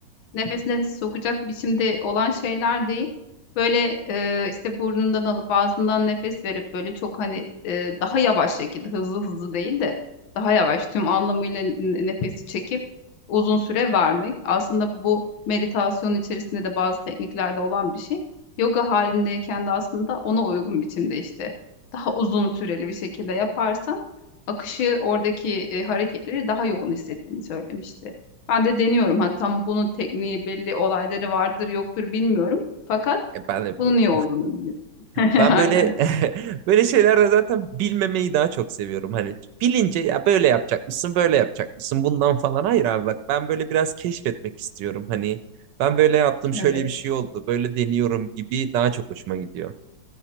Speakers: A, on the left (about 75°); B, on the right (about 75°).
A: nefes nefes sokacak biçimde olan şeyler değil. Böyle e, işte burnundan alıp ağzından nefes verip böyle çok hani e, daha yavaş şekilde hızlı hızlı değil de daha yavaş tüm anlamıyla n- nefesi çekip uzun süre vermek. Aslında bu meditasyon içerisinde de bazı tekniklerde olan bir şey. Yoga halindeyken de aslında ona uygun biçimde işte daha uzun süreli bir şekilde yaparsan akışı oradaki e, hareketleri daha yoğun hissettiğini söylemişti. Ben de deniyorum. Ha, tam bunun tekniği belli olayları vardır yoktur bilmiyorum. Fakat
B: E, ben de
A: bunun
B: bilmiyorum.
A: iyi olduğunu biliyorum. <laughs>
B: Ben
A: Aynen.
B: böyle <laughs> böyle şeylerle zaten bilmemeyi daha çok seviyorum. Hani bilince ya böyle yapacakmışsın, böyle yapacakmışsın bundan falan. Hayır abi bak ben böyle biraz keşfetmek istiyorum. Hani ben böyle yaptım, şöyle
A: Evet.
B: bir şey oldu, böyle deniyorum gibi daha çok hoşuma gidiyor.